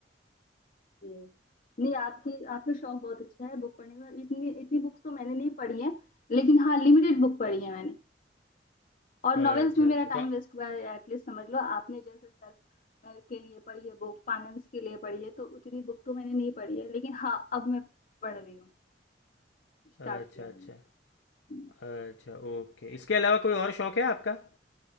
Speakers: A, on the left; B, on the left.
A: ये नहीं आपकी आपका शौक बहुत अच्छा है बुक पढ़ने का इतनी इतनी बुक्स तो मैंने नहीं पढ़ी है लेकिन हाँ लिमिटेड बुक पढ़ी है मैंने और नॉवेल्स
B: अच्छा
A: में मेरा
B: अच्छा
A: टाइम
B: तो
A: वेस्ट हुआ है एटलीस्ट समझ लो आपने जैसे सर के लिए पढ़ी है बुक फाइनेंस के लिए पढ़ी है तो उतनी बुक तो मैंने नहीं पढ़ी है लेकिन हाँ अब मैं पढ़ रही हूँ स्टार्ट
B: अच्छा
A: किया
B: अच्छा
A: मैंने हम्म।
B: अच्छा ओके इसके अलावा कोई और शौक है आपका